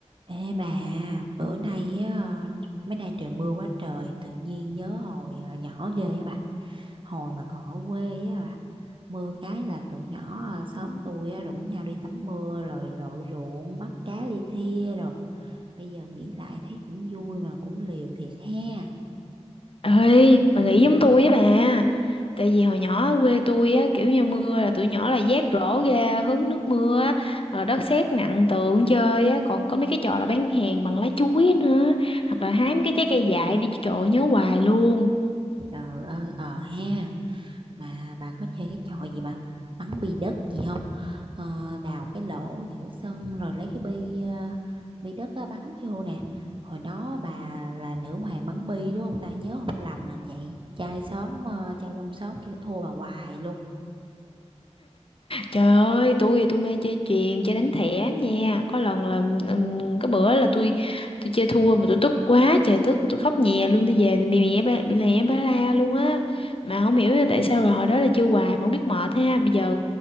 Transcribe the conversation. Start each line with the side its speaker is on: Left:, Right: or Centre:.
Right: Ê bà, bữa nay á, mấy nay trời mưa quá trời, tự nhiên nhớ hồi ờ, nhỏ ghê á bà. Hồi mà còn ở quê á bà, mưa cái là tụi nhỏ ờ, xóm tôi á, rủ nhau đi tắm mưa rồi lội ruộng bắt cá li thia rồi. Bây giờ nghĩ lại thấy cũng vui mà cũng liều thiệt ha.
Left: Ơi, bà nghĩ giống tôi với bà. Tại vì hồi nhỏ ở quê tôi á, kiểu như mưa là tụi nhỏ là vác rổ ra hứng nước mưa á, rồi đất sét nặng tượng chơi á, còn có mấy cái trò là bán hàng bằng lá chuối nữa, hoặc là hái mấy cái trái cây dại nữa, trời ơi, nhớ hoài luôn.
Right: Trời ơi, ờ ha. mà bà có chơi cái trò gì mà bắn bi đất gì không Ờ, đào cái lỗ giữa sân rồi lấy cái bi ờ, bi đất á, bắn vô nè hồi đó bà là nữ hoàng bắn bi đúng không ta nhớ không lầm là vậy trai xóm ờ, trai trong xóm kêu thua bà hoài luôn
Left: Trời ơi, tôi thì tôi mê chơi chuyền, chơi đánh thẻ nha. Có lần là ừm, có bữa là tôi tôi chơi thua mà tôi tức quá, trời tức tôi khóc nhè luôn, tôi về thì bị mẹ ba bị mẹ ba la luôn á. Mà không hiểu tại sao là hồi đó là chơi hoài mà không biết mệt ha. Bây giờ